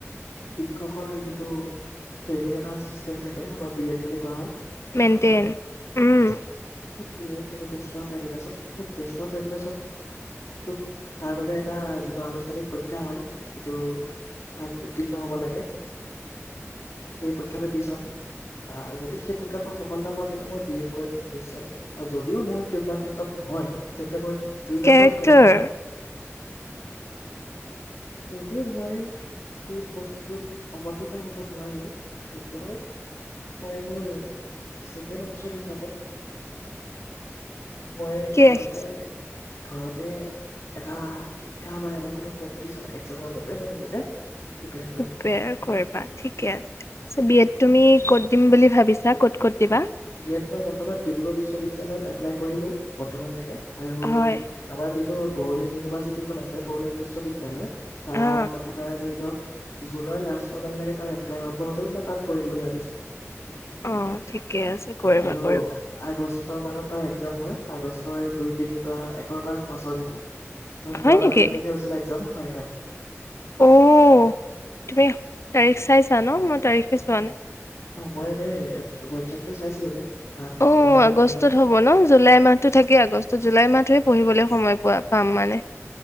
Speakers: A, on the left (about 80°); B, on the left (about 60°).
A: শিক্ষকৰ যিটো ট্ৰেইনিং এটা চিষ্টেম থাকে আমাৰ বি এড বুলি কোৱা হয়
B: মেইনটেইন উম
A: ডেই বে এডন তাৰ বাবে এটা যিটো আনুষ্ঠানিক পৰীক্ষা হয় যিটো তাক উত্তীৰ্ণ হ'ব লাগে সেই পৰীক্ষাটো দি চাম আহ যদি সেই পৰক্ষাত মই সফলতা পাওঁ তেন্তে মই বি এড কৰিম নিশ্চয় আৰু যদিও মোৰ কা ক্ষেত্ৰত নহয় তেন্তে মই দুই নম্বৰ
B: কেৰেক্টাৰ
A: প্লেন যাব যদিও মই সেই বস্তুটোত অৱতীৰ্ণ হ'ব নোৱাৰো তেতিয়াও মই মোৰ ছেকেণ্ড অপচন হিচাপত মই
B: কি
A: ঘৰতে
B: ৰাখিছা
A: ঘৰতে এটা শিক্ষা বা এটা কোনো কম্পিটিচন এক্জামৰ বাবে মই নিজকে প্ৰিপেয়াৰ
B: প্ৰীপেয়াৰ
A: কৰিম
B: কৰিবা ঠিকে আছে বি এড তুমি ক'ত দিম বুলি ভাবিছা ক'ত ক'ত দিবা
A: ভিয়েটনাম বৰ্তমান ডিব্ৰুগড় বিশ্ববিদ্য়ালয়ত এপ্লাই কৰিলোঁ বৰ্তমানলৈকে আৰু
B: হয়
A: আমাৰ যি তো বড়োলেণ্ড ইউনিভাৰ্চিটিখন আছে বড়োলেড বিশ্ববিদ্যালয় তাত
B: অ
A: আপোনাৰ ধৰি লওক জুনৰ লাষ্ট মানলৈকে তাৰ এপ্লাই আৰম্ভ মই তাত কৰিম বুলি ভাবিছো
B: অ ঠিকে আছে কৰিবা
A: আৰু
B: কৰিবা
A: আগষ্টৰ মানত তাৰ এক্জাম হয় আগষ্টৰ দুই তিনিৰ পৰা একৰ পৰা পাঁচৰ ভিতৰত কাৰণ
B: হয়
A: যোৱাবাৰ
B: নেকি
A: তিনি তাৰখে হৈছিলে এক্জাম হয় হয়
B: অ তুমি তাৰিখ চাইছা ন মই তাৰিখে চোৱা নাই
A: হয় মই এনেই ৱেবচাইট টো চাইছিলোগে তাত
B: অ
A: তোমাৰ
B: আগষ্টত
A: ধৰি লওক
B: হ'ব ন জুলাই মাহতো থাকেই আগষ্টত জুলাই মাহটোহে পঢ়িবলৈ সময় পোৱা পাম মানে